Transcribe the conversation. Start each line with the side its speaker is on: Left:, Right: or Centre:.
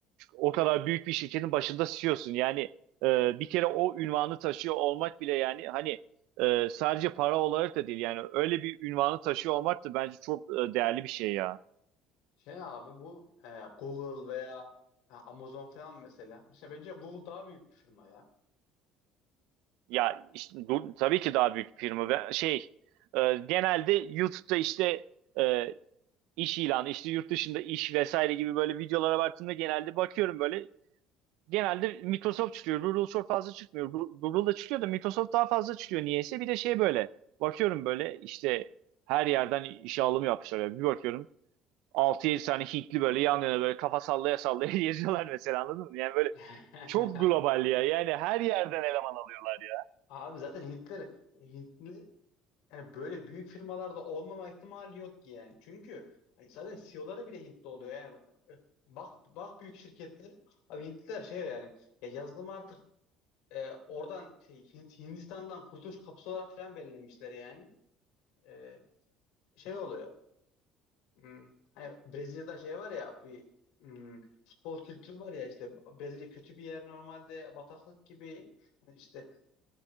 Right: o kadar büyük bir şirketin başında CEO'sun. Yani e, bir kere o ünvanı taşıyor olmak bile yani hani Ee, sadece para olarak da değil yani öyle bir ünvanı taşıyor olmak da bence çok e, değerli bir şey ya.
Left: Şey abi bu e, Google veya e, Amazon falan mesela. Mesela bence Google daha büyük bir firma ya.
Right: Ya işte, du- tabii ki daha büyük firma ben şey e, genelde YouTube'da işte e, iş ilanı işte yurt dışında iş vesaire gibi böyle videolara baktığımda genelde bakıyorum böyle genelde Microsoft çıkıyor. Google çok fazla çıkmıyor. Gu- Google da çıkıyor da Microsoft daha fazla çıkıyor niyeyse. Bir de şey böyle bakıyorum böyle işte her yerden işe alım yapmışlar. Yani Bir bakıyorum Altı yedi tane Hintli böyle yan yana böyle kafa sallaya sallaya <laughs> geziyorlar mesela anladın mı? Yani böyle
Left: <laughs>
Right: çok global ya. Yani her yerden eleman alıyorlar ya.
Left: Abi zaten Hintler Hintli Yani böyle büyük firmalarda olmama ihtimali yok ki yani. Çünkü hani zaten CEO'ları bile Hintli oluyor yani. E, Bak bak büyük şirketleri Abi Hintliler şey yani ya yazılım artık e, oradan şey, Hint- Hindistan'dan kurtuluş kapısı olarak falan belirlemişler yani. E, şey oluyor. Hmm, hani Brezilya'da şey var ya bir hmm, futbol kültürü var ya işte Brezilya kötü bir yer normalde bataklık gibi Yani işte